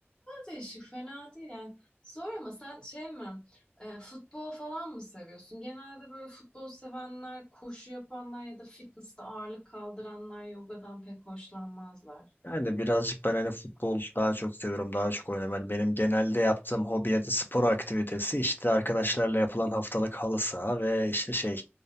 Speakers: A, on the left; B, on the left.
A: Değişik, fena değil yani. Zor ama sen şey mi, e, futbol falan mı seviyorsun? Genelde böyle futbol sevenler, koşu yapanlar ya da fitness'te ağırlık kaldıranlar yogadan pek hoşlanmazlar.
B: Yani birazcık ben hani futbol daha çok seviyorum, daha çok oynuyorum. Hani benim genelde yaptığım hobi ya da spor aktivitesi işte arkadaşlarla yapılan haftalık halı saha ve işte şey